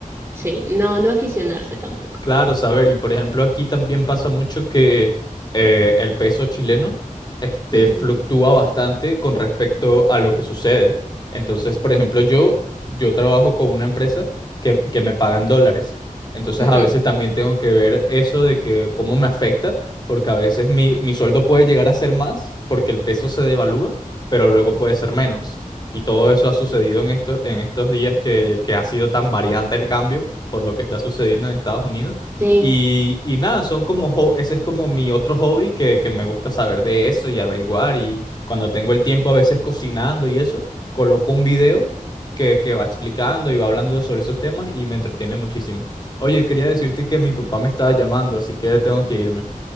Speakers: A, on the right; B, on the left.
A: sí, no, no aficionarse tampoco.
B: Claro, saber, y por ejemplo aquí también pasa mucho que eh, el peso chileno este,
A: Ujú,
B: fluctúa bastante con respecto a lo que sucede. Entonces, por ejemplo, yo, yo trabajo con una empresa que, que me pagan dólares. Entonces,
A: ujú.
B: a veces también tengo que ver eso de que cómo me afecta, porque a veces mi, mi sueldo puede llegar a ser más porque el peso se devalúa, pero luego puede ser menos. Y todo eso ha sucedido en estos, en estos días que, que ha sido tan variante el cambio por lo que está sucediendo en Estados Unidos.
A: Sí.
B: Y, y nada, son como, ho- ese es como mi otro hobby que, que me gusta saber de eso y averiguar. Y cuando tengo el tiempo, a veces cocinando y eso, coloco un video que, que va explicando y va hablando sobre esos temas y me entretiene muchísimo. Oye, quería decirte que mi papá me estaba llamando, así que tengo que irme.